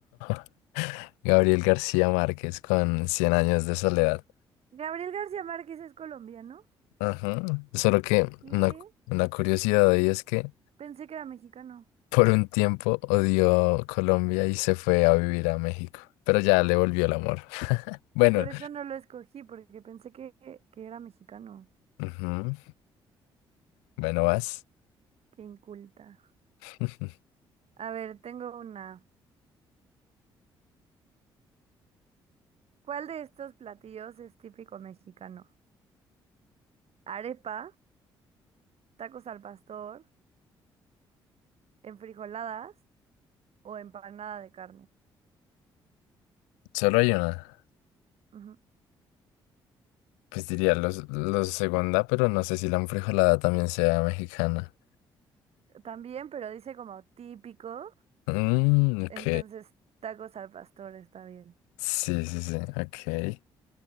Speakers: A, on the left; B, on the right.
A: <laughs> Gabriel García Márquez con 100 años de soledad.
B: Gabriel García Márquez es colombiano.
A: Ajá. Solo que
B: ¿Qué?
A: una, una curiosidad ahí es que
B: Pensé que era mexicano.
A: por un tiempo odió Colombia y se fue a vivir a México, pero ya le volvió el amor. <laughs> Bueno,
B: Por eso no lo escogí, porque pensé que, que era mexicano.
A: ujú, Bueno, vas.
B: Qué inculta.
A: <laughs>
B: A ver, tengo una. ¿Cuál de estos platillos es típico mexicano? ¿Arepa, tacos al pastor, enfrijoladas o empanada de carne?
A: Solo hay una.
B: Ujú.
A: Pues diría los, los segunda, pero no sé si la enfrijolada también sea mexicana.
B: También, pero dice como típico,
A: Mm, ok.
B: entonces tacos al pastor está bien.
A: Sí, sí, sí, ok.